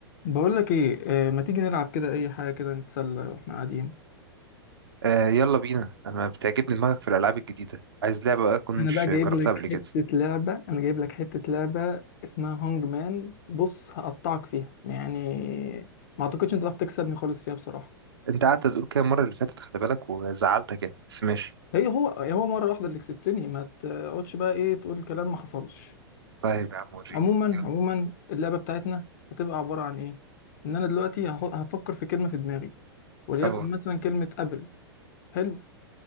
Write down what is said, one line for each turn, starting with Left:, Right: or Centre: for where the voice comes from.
Left: بقول لك ايه آه، ما تيجي نلعب كده اي حاجه كده نتسلى واحنا قاعدين
Right: آه يلا بينا انا بتعجبني دماغك في الالعاب الجديده عايز لعبه بقى كنتش
Left: انا بقى جايب
Right: جربتها
Left: لك
Right: قبل
Left: حته
Right: كده
Left: لعبه انا جايب لك حته لعبه اسمها هونج مان بص هقطعك فيها يعني ما اعتقدش انت تعرف تكسبني خالص فيها بصراحه
Right: انت قعدت تقول كده المره اللي فاتت خلي بالك وزعلتك يعني بس ماشي
Left: هي هو هو مره واحده اللي كسبتني ما تقعدش بقى ايه تقول كلام ما حصلش
Right: طيب يا عم وريني
Left: عموما
Right: يلا
Left: عموما اللعبه بتاعتنا هتبقى عباره عن ايه ان انا دلوقتي هحط- هفكر في كلمه في دماغي وليكن
Right: اه
Left: مثلا كلمه ابل حلو